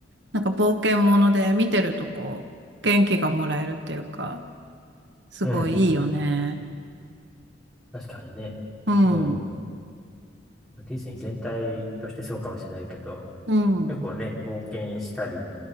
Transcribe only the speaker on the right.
なんか冒険もので見てるとこう、元気がもらえるっていうか、すごいいいよね。
うん、
うん、
う